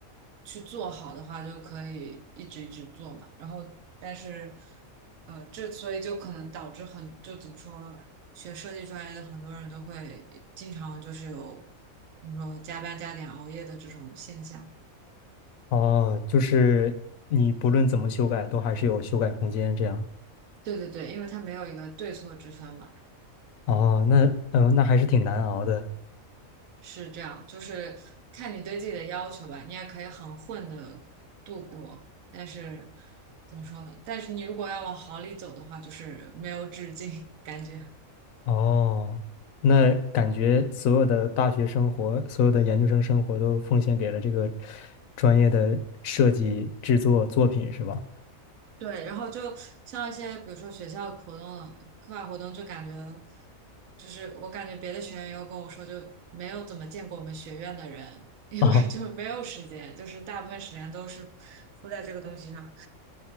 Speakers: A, on the right; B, on the left.
A: 去做好的话，就可以一直一直做嘛。然后，但是呃，这所以就可能导致很就怎么说，学设计专业的很多人都会经常就是有怎么说加班加点熬夜的这种现象。
B: 哦，就是你不论怎么修改，都还是有修改空间这样。
A: 对对对，因为它没有一个对错之分嘛。
B: 哦，那嗯、呃那还是挺难熬的。
A: 是这样，就是看你对自己的要求吧。你也可以很混的度过，但是怎么说呢？但是你如果要往好里走的话，就是没有止境，<laughs> 感觉。
B: 哦，那感觉所有的大学生活，所有的研究生生活都奉献给了这个专业的设计制作作品，是吧？
A: 对，然后就像一些比如说学校活动、课外活动，就感觉就是我感觉别的学员有跟我说，就没有怎么见过我们学院的人，<laughs> 因为就没有时间，
B: 哦
A: 就是大部分时间都是扑在这个东西上。